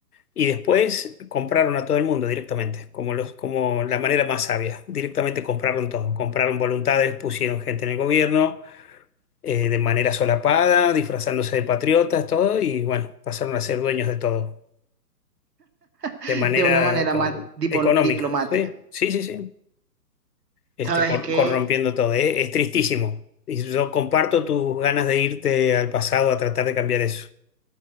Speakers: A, on the left (about 65°); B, on the right (about 75°).
A: y después compraron a todo el mundo directamente, como, los, como la manera más sabia. Directamente compraron todo. Compraron voluntades, pusieron gente en el gobierno, eh, de manera solapada, disfrazándose de patriotas, todo, y bueno, pasaron a ser dueños de todo,
B: <laughs>
A: de manera
B: De una manera
A: co-
B: más dipo-
A: económica.
B: diplomática.
A: Sí, sí, sí, sí. Este,
B: ¿Sabes
A: cor-
B: qué?
A: corrompiendo todo. Eh, Es, tristísimo. Y yo comparto tus ganas de irte al pasado a tratar de cambiar eso.